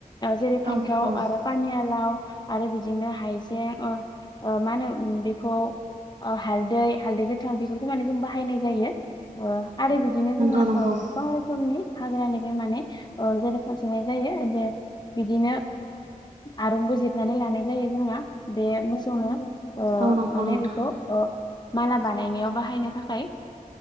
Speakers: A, on the left; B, on the right.
A: जेरै फान्थाव
B: औ नंगौ
A: आरो पानियालाव आरो बिदिनो हाइजें अ अ मा होनो बेखौ अ हालदै हालदै गो थां बेफोरखौ माने जों बाहायनाय जायो ओ आरो बिदिनो जोंना
B: नंगौ नंगौ
A: ओ गोबां रोखोमनि हाग्रानिफ्राय माने ओ गोरोबफसोबनाय जायो जे बिदिनो आरंबो जिरनानै लानाय जायो जोंना बे मोसौनो। अ
B: औ नंगौ
A: माने
B: नोंथां
A: बेखौ अ माला <unintelligible> बाहायनो थाखाय